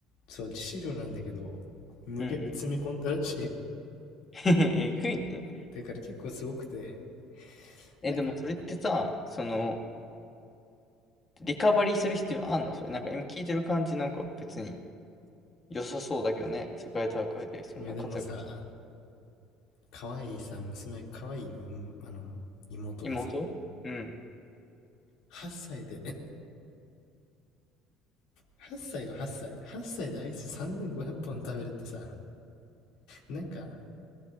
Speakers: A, on the left; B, on the left.
A: そう、致死量なんだけど、無理やり詰め込んだらしい。
B: うんうん。<laughs> えぐいね。
A: だから結構すごくて、
B: え、
A: なんか、
B: でもそれってさ、その、
A: うん
B: リカバリーする必要あんのそれなんか今聞いてる感じなんか別に良さそうだけどね。世界大会でそんな活躍して。
A: いやでもさ、可愛いさ、娘、可愛い、うんあの、妹がさ、
B: 妹うん。
A: 8歳で、<laughs> 8歳よ、8歳。8歳でアイス3500本食べるってさ、なんか、